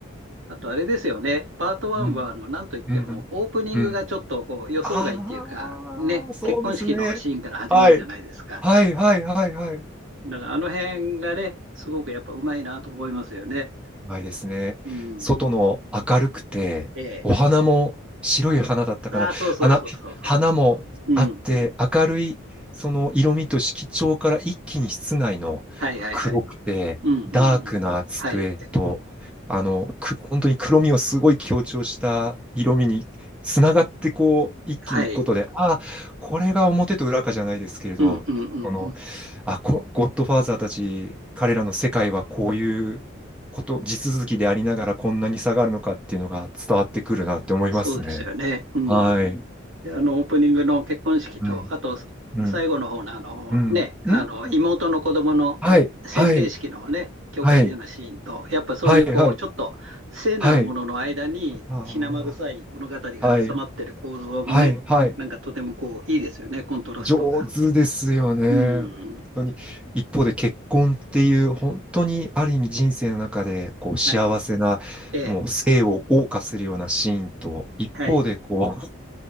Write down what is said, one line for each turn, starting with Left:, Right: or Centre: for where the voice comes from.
Right: あとあれですよね。パート1は、
Centre: うん。
Right: あの、なんといっても、
Centre: うん。
Right: オープニングがちょっとこう予想外っていうか、
Centre: うん。あ
Right: ね、
Centre: あ、そうですね。
Right: 結婚式のシーンから始まるじゃないですか。
Centre: はい。はいはいはいはい。
Right: だからあの辺がね、すごくやっぱうまいなと思いますよね。
Centre: ないですね。
Right: うん。
Centre: 外の明るくて、
Right: ええ。
Centre: お花も白い花だったかな。
Right: ああ、そうそうそうそうそ
Centre: 花、花もあって、
Right: う。うん。
Centre: 明るいその色味と色調から一気に室内の黒くて、
Right: はいはいはい。うんうんうん。
Centre: ダークな机と、
Right: はい。
Centre: あの、く、本当に黒みをすごい強調した色味につながってこう、一気にいくことで、
Right: はい。
Centre: ああ、これが表と裏かじゃないですけれど、
Right: うんうんうんうん。
Centre: この、あ、こゴッドファーザーたち、彼らの世界はこういうこと地続きでありながらこんなに下がるのかっていうのが伝わってくるなって思いますね。
Right: そうですよね。うん。
Centre: はい。
Right: で、あの、オープニングの結婚式と、
Centre: うん。
Right: あと、
Centre: うん。
Right: 最後の方の、あの、
Centre: うん。
Right: ね、
Centre: うん。
Right: あの、妹の子供の洗礼式のね、
Centre: はい。はい。
Right: 教会でのシーンと、
Centre: はい。
Right: やっぱそういう、
Centre: はい。
Right: こう、
Centre: はい。
Right: ちょっと聖なるものの間に、
Centre: はい。あ
Right: 血生臭い物語が挟まってる構造もね、
Centre: あ。はい。はい。はい。
Right: なんかとてもこう、いいですよね、コントラストが。
Centre: 上手ですよね。
Right: うん。
Centre: 本当に。一方で結婚っていう本当にある意味人生の中でこう幸せなもう生を謳歌するようなシーンと一方でこ
Right: はい。ええ。はい。